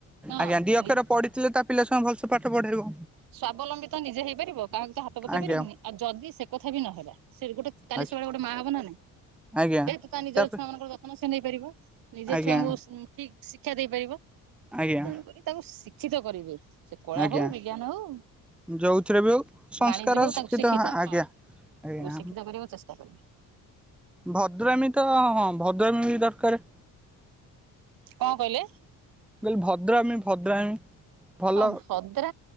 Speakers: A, on the right; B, in the centre.
A: ହଁ
B: ଆଜ୍ଞା ଦିଅକ୍ଷରେ ପଢିଥିଲେ ତ ପିଲା ସୁଆ ଭଲସେ ପାଠ ପଢ଼େଇବ।
A: ସ୍ୱାବଲମ୍ବୀ ତ ନିଜେ ହେଇପାରିବ କାହାକୁ ତ ହାତ ପତେଇ
B: ଆଜ୍ଞା
A: ପାରିବନି। ଆଉ ଯଦି ସେ କଥା ବି ନହେଲା ସେ ଗୋଟେ କାଲି
B: ଆଜ୍ଞା
A: ସକାଳେ ଗୋଟେ ମା ହବ ନା ନାଇ
B: ଆଜ୍ଞା
A: ଯେହେତୁ ତା ନିଜର
B: ତାପ
A: ଛୁଆ ମାନଙ୍କର ଯତ୍ନ ସେ ନେଇପାରିବ। ନିଜେ
B: ଆଜ୍ଞା
A: ଛୁଆଙ୍କୁ ଠିକ ଶିକ୍ଷା ଦେଇପାରିବ
B: ଆଜ୍ଞା
A: ତେଣୁକରି ତାଙ୍କୁ ଶିକ୍ଷିତ କରିବେ। ସେ କଳା
B: ଆଜ୍ଞା
A: ହଉ ବିଜ୍ଞାନ ହଉ
B: ଯୋଉଥିରେ ବି ହଉ ସଂସ୍କାର
A: ବାଣିଜ୍ୟ ହଉ
B: ଶିକ୍ଷିତ
A: ତାକୁ ଶିକ୍ଷିଥା
B: ଆଜ୍ଞା।
A: ହଁ
B: ଆଜ୍ଞା
A: ତାକୁ ଶିକ୍ଷିତ କରିବାକୁ ଚେଷ୍ଟା କରିବ।
B: ଭଦ୍ରାମୀ ତ ହଁ ଭଦ୍ରାମୀ ବି ଦରକାର।
A: କଁ କହିଲେ?
B: କଲି ଭଦ୍ରମୀ ଭଦ୍ରାମୀ ଭଲ
A: ହଁ ଭଦ୍ର